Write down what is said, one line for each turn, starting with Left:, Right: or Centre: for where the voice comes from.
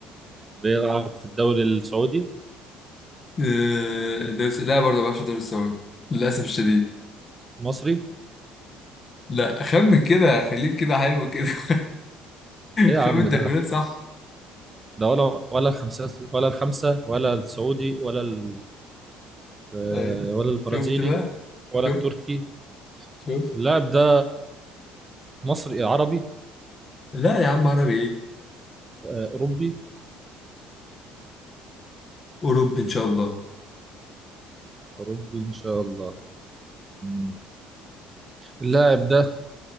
Right: بيلعب في الدوري السعودي
Left: آه، الدوري الس- لا برضه ما بيلعبش في الدوري السعودي للأسف الشديد
Right: المصري
Left: لا خمن كده خليك كده حلو كده <laughs>
Right: ايه يا
Left: خمن
Right: عم
Left: تكوينات
Right: ده
Left: صح
Right: ده ولا ولا الخمسة ولا الخمسة ولا السعودي ولا ال... آه،
Left: ايوه
Right: ولا البرازيلي
Left: شفت بقى
Right: ولا
Left: شفت
Right: التركي
Left: شفت
Right: اللاعب ده مصري عربي
Left: لا يا عم عربي ايه
Right: آه، أوروبي
Left: أوروبي إن شاء الله
Right: أوروبي إن شاء الله مم. اللاعب ده